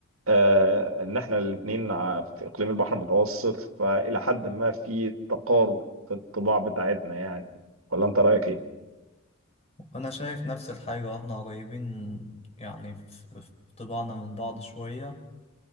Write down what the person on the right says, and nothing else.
آه ان احنا الاثنين في اقليم البحر المتوسط فالى حد ما في تقارب في الطباع بتاعتنا يعني ولا انت رايك ايه؟